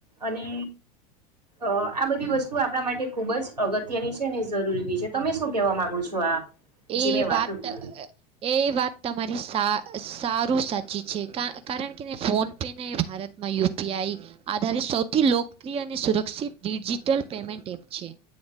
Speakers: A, on the right; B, on the right.
A: અને અ આ બધી વસ્તુ આપણા માટે ખુબ જ અગત્યની છે અને જરૂરી બી છે તમે શું કેહેવા માંગુ છો આ જે
B: એ
A: મેં વાતો
B: વાત
A: કીધી
B: એ વાત તમારી સારું સાચ કારણ કે ફોન પે ને ભારતમાં યુ પી આઈ આધારિત, સૌથી લોકપ્રિય સુરક્ષિત ડિજિટલ પેમેન્ટ એપ છે,